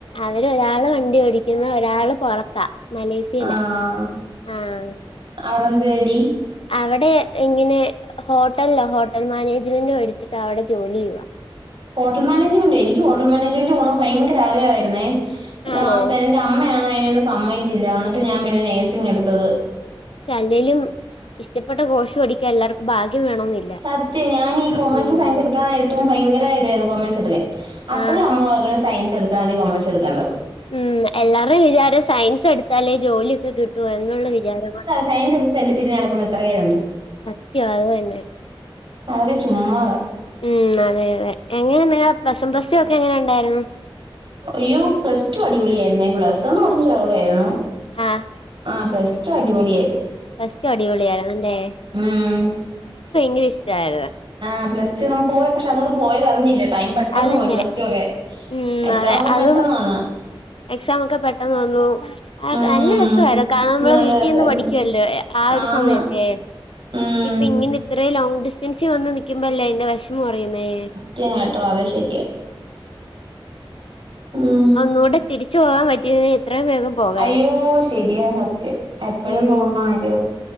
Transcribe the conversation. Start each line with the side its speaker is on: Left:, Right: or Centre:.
Left: അവര് ഒരാള് വണ്ടി ഓടിക്കുന്നു ഒരാള് പൊറത്താ മലേഷ്യയിലാ
Right: ആഹ
Left: ആഹ്
Right: അവിടെന്തെടി?
Left: അവിടെ ഇങ്ങനെ ഹോട്ടൽലാ ഹോട്ടൽ മാനേജ്മെന്റ് പടിച്ചിട്ട് അവിടെ ജോലി യ്യുവാ.
Right: ഹോട്ടൽ മാനേജ്മന്റൊ എനിക്ക് ഹോട്ടൽ മാനേജ്മെന്റ് പോണോ ഭയങ്കര ആഗ്രഹമായിരുന്നേ ലാസ്റ്റ്
Left: ആണോ
Right: ന്റെ അമ്മയാണെ അയ്നന്നെ സമ്മയ്ച്ചില്ല എന്നിട്ട് ഞാൻ പിന്നെ നഴ്സിംഗ് എടുത്തത്
Left: ച്ച് അല്ലേലും ഇഷ്ടപ്പെട്ട കോഴ്സ് പഠിക്കാൻ എല്ലാർക്കും ഭാഗ്യം വേണോന്നില്ല
Right: സത്യം ഞാന് ഈ കൊമേഴ്സും
Left: ഉം
Right: സയൻസും എടുക്കാൻ നേര ത്തും ഭയങ്കര ഇതായിരുന്നു കൊമേഴ്സ് ട്ക്കാൻ അപ്പോഴും
Left: ആഹ്
Right: അമ്മ പറഞ്ഞ് സയൻസ് എടുത്താതി കോമേഴ്സ്ട്ക്കണ്ടന്ന്.
Left: ഉം എല്ലാറയും വിചാരം സയൻസ് എടുത്താലേ ജോലിയൊക്കെ കിട്ടുവ എന്നുള്ള വിചാരവ
Right: സയൻസ്ട്ത്ട്ട് തെണ്ടിതിരിന് ന്നടക്ണ എത്ര പേരുണ്ട്
Left: ത്യവാ അത്‌തന്നെ
Right: അതൊക്കെ ചുമ്മാത
Left: ഉം അതെ അതെ എങ്ങനെ നിങ്ങെ പ്ലസും പ്ലസ്റ്റു ഒക്കെ എങ്ങനെ ണ്ടായിരുന്നു
Right: അയ്യോ പ്ലസ്റ്റു അടിപൊളിയ ആായിരുന്നേ പ്ലസ് വ ണ്കുറച്ച് ശോഖയിരുന്നു
Left: ആഹ്
Right: ആഹ പ്ലസ്റ്റു അടിപൊളിയിരുന്നു
Left: പ്ലസ് ടൂ അടിപൊളിയാര ന്നല്ലേ
Right: ഉം
Left: ഇക് ഷ്ടായത്
Right: ആപ്ലസ്റ്റുമ്മപോയ് പക്ഷെ തൊടെ പോയത് തറിഞ്ഞില്ലേ ടൈം പെട്ടെന്ന്പോയി
Left: അതന്നെ
Right: പ്ലസ്റ്റു ക്കെ
Left: ഉം
Right: എക്സാം
Left: അതെ
Right: ഒക്കെ
Left: അതും
Right: പെട്ടെന്ന വന്ന്
Left: എക്സാം ഒക്കെ പെട്ടെന്ന് വന്നു അ
Right: ഉം
Left: കെനല്ല രസമായിരുകാരണം നമ്മളെ
Right: നല്ല
Left: വീട്ടിൽ
Right: രസായിരുന്നു
Left: നിന്ന് പഠിക്കുവല്ലോ ആ ഒരു
Right: ആന്ന്
Left: സമയൊക്കെ
Right: ഉം
Left: ഇപ്പൊ ഇങ്ങനെ ഇത്രയും ലോങ് ഡിസ്റ്റൻസിൽ വന്ന് ന്നിക്കുമ്പോല്ലേ അന്റെ വിഷമം അറിയുന്നേ
Right: ത്യ യിട്ടുംഅത്ശരിയ ഉം
Left: ഒന്നുടെ തിരിച്ച് പോവാ ൻ പറ്റിന്നങ്കി എത്രയും വേഗം പോക
Right: അയ്യോ ശെരിയ ത്യം എപ്പോഴും
Left: ഉം
Right: തോന്നുന്ന കാര്യത്